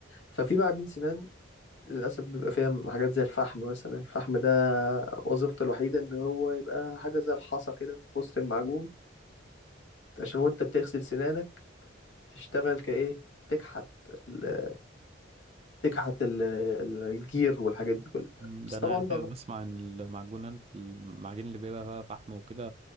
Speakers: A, on the left (about 70°); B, on the right (about 30°).
A: ففي معجون سنان للأسف بيبقى فيها حاجات زي الفحم مثلا الفحم ده وظيفته الوحيدة إن هو يبقى حاجة زي الحصى كده في وسط المعجون عشان وأنت بتغسل سنانك تشتغل كإيه تكحت ال- تكحت ال- ال- الجير والحاجات دي كلها
B: مم، ده
A: بس
B: انا
A: طبعا ده غلط.
B: بسمع عن المعجونات المعجون اللي بيبقى فيها فحم وكده